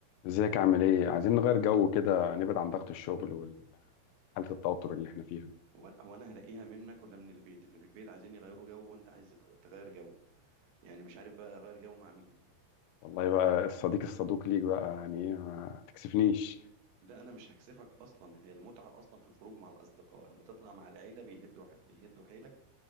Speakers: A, on the left; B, on the right.
A: ازيك عامل ايه؟ عايزين نغير جو كده نبعد عن ضغط الشغل وحالة التوتر اللي احنا فيها
B: هو هو انا هلاقيها منك ولا من البيت اللي في البيت عايزين يغيروا جو وانت عايز تغ- تغير جو يعني مش عارف بقى اغير جو مع مين
A: والله بقى الصديق الصدوق ليك بقى يعني ايه ما تكسفنيش
B: لا انا مش هكسفك اصلا هي المتعه اصلا في الخروج مع الاصدقاء اما تطلع مع العيله بيهدوا ح- بيهدوا حيلك